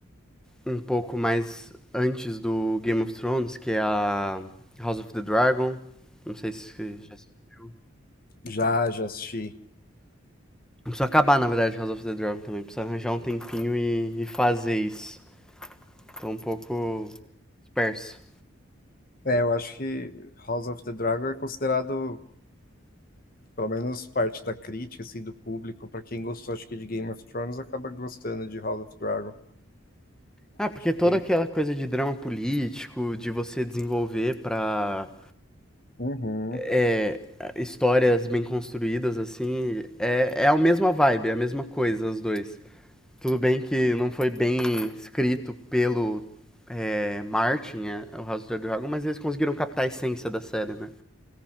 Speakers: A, in the centre; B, on the left (about 45°).
A: um pouco mais antes do Game of Thrones, que é a House of the Dragon. Não sei se você já assistiu.
B: Já, já assisti.
A: Preciso acabar, na verdade, House of the Dragon também. Preciso arranjar um tempinho e, e fazer isso. Tô um pouco disperso.
B: É, eu acho que House of the Dragon é considerado, pelo menos parte da crítica, assim, do público, para quem gostou, acho que de Game of Thrones acaba gostando de House of Dragon.
A: Ah, porque
B: Acho que
A: toda
B: tem.
A: aquela coisa de drama político, de você desenvolver pra
B: Uhum.
A: é, histórias bem construídas, assim, é, é a mesma vibe, é a mesma coisa, os dois. Tudo bem que não foi bem escrito pelo é, Martin, é, o House of the Dragon, mas eles conseguiram captar a essência da série, né?